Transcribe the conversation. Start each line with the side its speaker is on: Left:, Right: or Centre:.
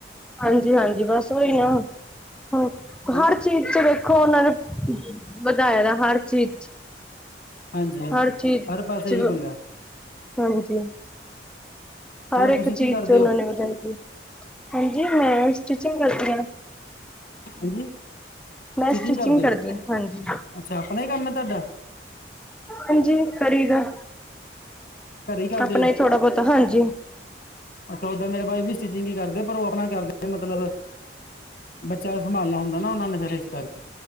Centre: ਹਾਂਜੀ ਹਾਂਜੀ ਬਸ ਉਓਹੀ ਆ ਹ
Left: ਹੁਣ
Centre: ਹਰ ਚੀਜ਼। ਚ ਵੇਖੋ ਉਹਨਾਂ ਨੇ ਵਧਾਈ ਦਾ ਹਰ ਚੀਜ਼ ਚ।
Left: ਹਾਂਜੀ-ਹਾਂਜੀ
Centre: ਹਰ ਚੀਜ਼
Left: ਹਰ ਪਾਸੇ ਇਹੀ
Centre: ਚ
Left: ਪੰਗਾ
Centre: ਹਾਂਜੀ ਹਰ
Left: ਹੋਰ
Centre: ਇੱਕ
Left: ਤੁਸੀਂ
Centre: ਚੀਜ਼
Left: ਕੀ ਕਰਦੇ
Centre: ਚ ਉਹਨਾਂ
Left: ਹੋ
Centre: ਨੇ ਵਧਾਈ ਦੀ ਹਾਂਜੀ ਮੈਂ ਸਟਿਚਿੰਗ ਕਰਦੀ ਐ
Left: ਹਾਂਜੀ ਸਟਿਚਿੰਗ
Centre: ਮੈਂ ਸਟਿਚਿੰਗ
Left: ਕਰਦੇ
Centre: ਕਰਦੀ
Left: ਹੋ
Centre: ਹਾਂ। ਹਾਂਜੀ
Left: ਅੱਛਾ ਆਪਣਾ ਹੀ ਕੰਮ ਹੈ ਤੁਹਾਡਾ।
Centre: ਹਾਂਜੀ ਫਰੀ ਦਾ
Left: ਘਰੇ ਹੀ ਕਰਦੇ
Centre: ਆਪਣਾ
Left: ਹੋ।
Centre: ਥੋੜਾ ਬਹੁਤਾ ਹਾਂਜੀ
Left: ਅੱਛਾ ਉਓਦਾਂ ਮੇਰੇ ਭਾਈ ਵੀ ਸਟਿਚਿੰਗ ਹੀ ਕਰਦੇ ਪਰ ਉਹ ਆਪਣਾ ਕਰਦੇ ਮਤਲਬ ਬੱਚਿਆਂ ਸੰਭਾਲਣਾ ਹੁੰਦਾ ਨਾ ਉਹ ਨੇ ਫੇਰ ਇਸ ਕਰਕੇ